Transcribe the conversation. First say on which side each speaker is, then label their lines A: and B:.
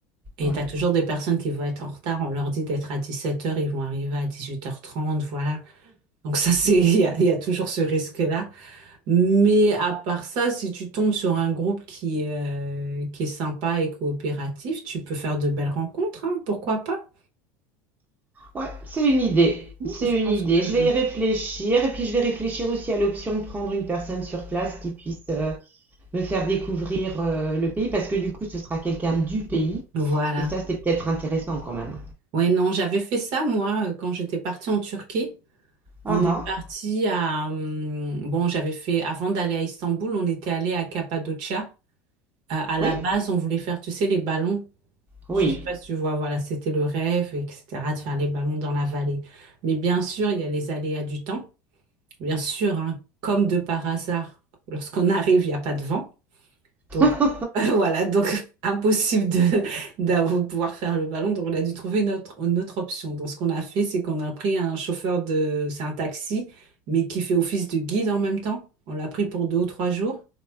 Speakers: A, on the right; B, on the right.
A: Et
B: ouais.
A: tu as toujours des personnes qui vont être en retard. On leur dit d'être à 17 heures, ils vont arriver à 18h30, voilà. Donc ça, c'est,
B: Hmm, hmm.
A: <laughs> il y a, il y a toujours ce risque-là. Mais à part ça, si tu tombes sur un groupe qui, euh, qui est sympa et coopératif, tu peux faire de belles rencontres, hein, pourquoi pas?
B: Ouais, c'est une idée.
A: Oui,
B: C'est
A: Je pense
B: une idée.
A: que...
B: Je vais y réfléchir et puis je vais réfléchir aussi à l'option de prendre une personne sur place qui puisse euh, me faire découvrir euh, le pays parce que du coup, ce sera quelqu'un du pays
A: Voilà.
B: et ça, c'est peut-être intéressant quand même.
A: Ouais, non, j'avais fait ça, moi, euh, quand j'étais partie en Turquie.
B: Ah
A: On est
B: ah,
A: parti à... hum, Bon, j'avais fait... Avant d'aller à Istanbul, on était allé à Cappadocia. À, à la
B: oui,
A: base, on voulait faire, tu sais, les ballons.
B: oui.
A: Je sais pas si tu vois, voilà, c'était le rêve, etc., de faire les ballons dans la vallée. Mais bien sûr, il y a les aléas du temps. Bien sûr, hein, comme de par hasard, lorsqu'on arrive, il n'y a pas de vent. Donc
B: <laughs>
A: <laughs> voilà, donc <laughs> impossible de, d'avoir- pouvoir faire le ballon. Donc on a dû trouver notre, une autre option. Donc ce qu'on a fait, c'est qu'on a pris un chauffeur de, c'est un taxi, mais qui fait office de guide en même temps. On l'a pris pour deux ou trois jours